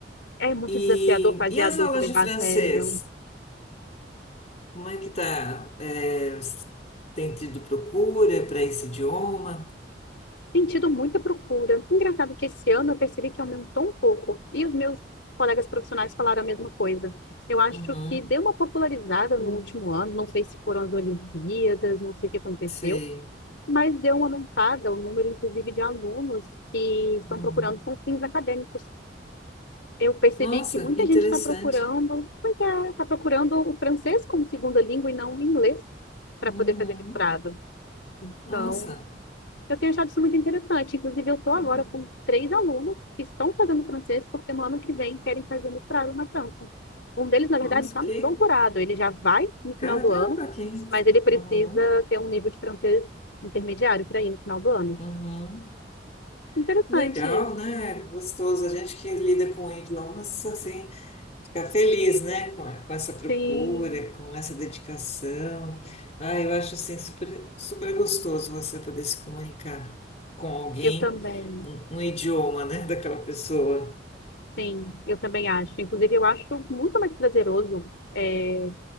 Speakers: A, on the left; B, on the left.
A: É muito
B: E,
A: desafiador fazer
B: e
A: adulto
B: as aulas
A: levar
B: de francês?
A: a sério.
B: Como é que tá? É, tem tido procura para esse idioma?
A: tem tido muita procura. Engraçado que esse ano eu percebi que aumentou um pouco. E os meus colegas profissionais falaram a mesma coisa. Eu acho
B: Uhum,
A: que deu uma popularizada no último ano, não sei se foram as Olimpíadas, não sei o que aconteceu,
B: sei.
A: mas deu uma aumentada o número, inclusive, de alunos que estão
B: Uhum.
A: procurando com fins acadêmicos. Eu percebi
B: Nossa,
A: que muita
B: que interessante.
A: gente está procurando, está procurando o francês como segunda língua e não o inglês para
B: Uhum.
A: poder fazer mestrado.
B: Nossa.
A: Então, eu tenho achado isso muito interessante. Inclusive, eu estou agora
B: Uhum.
A: com três alunos que estão fazendo francês porque no ano que vem querem fazer mestrado na França. Um deles, na verdade,
B: Nossa,
A: está
B: que
A: no doutorado. Ele já vai no final
B: caramba,
A: do ano,
B: que
A: mas ele precisa
B: Uhum.
A: ter um nível de francês intermediário para ir no final do ano.
B: Uhum.
A: Interessante.
B: Legal, né? Gostoso. A gente que lida com idiomas assim. Ficar feliz, né, com, a- com essa procura,
A: Sim,
B: com essa dedicação. Ah, eu acho assim super, super gostoso você poder se comunicar com alguém
A: eu também.
B: no, no idioma, né, daquela pessoa.
A: Sim, eu também acho. Inclusive, eu acho muito mais prazeroso, é